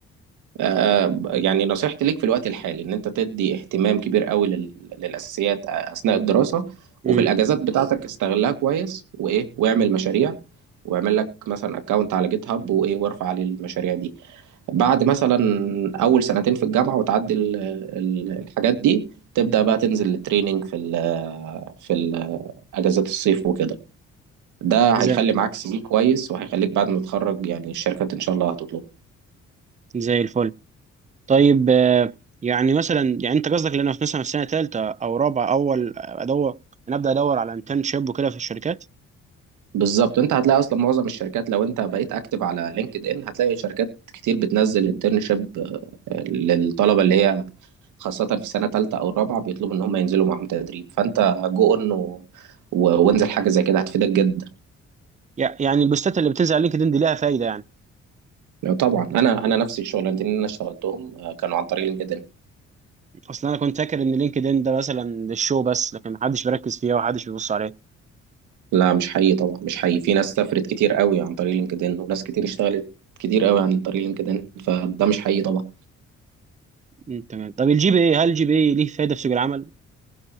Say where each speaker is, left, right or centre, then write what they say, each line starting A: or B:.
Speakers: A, on the right; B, on the right.
A: آه، يعني نصيحتي ليك في الوقت الحالي ان انت تدي اهتمام كبير قوي لل- للاساسيات آه، اثناء الدراسه
B: امم
A: وفي الاجازات بتاعتك استغلها كويس وايه واعمل مشاريع واعمل لك مثلا اكونت على جيت هاب وايه وارفع عليه المشاريع دي بعد مثلا اول سنتين في الجامعه وتعدي ال- ال- الحاجات دي تبدا بقى تنزل التريننج في ال في ال اجازات الصيف وكده ده هيخلي
B: زي
A: معاك سي في كويس وهيخليك بعد ما تتخرج يعني الشركات ان شاء الله هتطلبه
B: زي الفل طيب آه، يعني مثلا يعني انت قصدك ان انا في- مثلا في سنه ثالثه او رابعه اول ادور انا ابدا ادور على انترنشيب وكده في الشركات
A: بالظبط انت هتلاقي اصلا معظم الشركات لو انت بقيت اكتف على لينكد ان هتلاقي شركات كتير بتنزل انترنشيب للطلبه اللي هي خاصه في سنه ثالثه او رابعه بيطلبوا ان هم ينزلوا معاهم تدريب فانت جو اون و- و- وانزل حاجه زي كده هتفيدك جدا
B: يع- يعني البوستات اللي بتنزل على لينكدين دي ليها فايده يعني
A: آه، طبعا انا انا نفسي الشغلانتين اللي انا اشتغلتهم آه، كانوا عن طريق لينكدين
B: اصلا انا كنت فاكر ان لينكدين ده مثلا للشو بس لكن محدش بيركز فيها ومحدش بيبص عليها
A: لا مش حقيقي طبعا مش حقيقي في ناس سافرت كتير قوي عن طريق لينكدين وناس كتير اشتغلت كتير قوي عن طريق لينكدين فده مش حقيقي طبعا
B: مم، تمام طب الجي بي اي هل الجي بي اي ليه فايده في سوق العمل